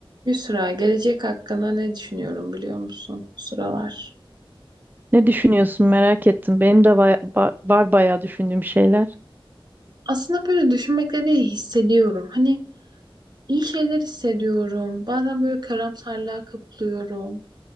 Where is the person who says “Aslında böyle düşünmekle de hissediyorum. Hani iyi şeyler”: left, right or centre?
Right